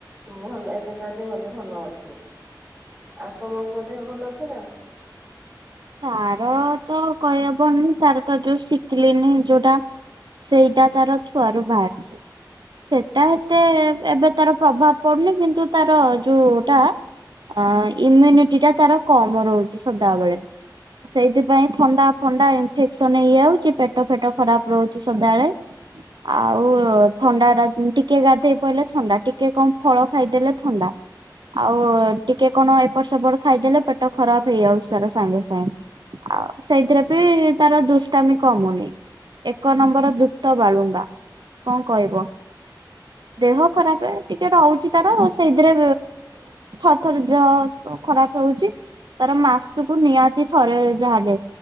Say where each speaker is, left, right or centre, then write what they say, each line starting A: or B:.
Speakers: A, in the centre; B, on the right.
A: ଭଲ ଏବେ ତା ଦେହଟି ଭଲ ଅଛି, ଆଉ ତମ ପୁଅ ଦେହ ଭଲ ଅଛି ନା?
B: ତାର ତ କହିହବନି ତାର ତ ଯୋଉ ଶିକିଲିନି ଯୋଉଟା ସେଇଟା ତାର ଛୁଆରୁ ବାହାରିଚି। ସେଟା ଏତେ ଏବେ ତାର ପ୍ରଭାବ ପଡୁନି କିନ୍ତୁ ତାର ଯୋଉ ଟା ଅ ଇମ୍ୟୁନିଟି ଟା ତାର କମ ରହୁଛି ସଦାବେଳେ। ସେଇଥିପାଇଁ ଥଣ୍ଡା ଫଣ୍ଡା ଇନଫେକ୍ସନ ହେଇଯାଉଛି ପେଟ ଫେଟ ଖରାପ ରହୁଛି ସଦାବେଳେ। ଆଉ ଥଣ୍ଡାଟା ଟିକେ ଗାଧେଇ ପଇଲେ ଥଣ୍ଡା ଟିକେ କମ ଫଳ ଖାଇଦେଲେ ଥଣ୍ଡା। ଆଉ ଟିକେ କଣ ଏପଟ ସେପଟ ଖାଇଦେଲେ ପେଟ ଖରାପ ହେଇଯାଉଛି ତାର ସାଙ୍ଗେ ସା ହୁଁ ଆଉ ସେଇଥିରେ ବି ତାର ଦୁଷ୍ଟାମି କମୁନି। ଏକ ନମ୍ବର ଯୁତ ବାଳୁଙ୍ଗା କଣ କହିବ ଦେହ ଖରାପେ ଟିକେ ରହୁଛି ତାର ସେଇଥିରେ ଥଥର ଦେହ ଖରାପେ ହଉଛି ତାର ମାସକୁ ନିହାତି ଥରେ ଯାହା ହେଲେ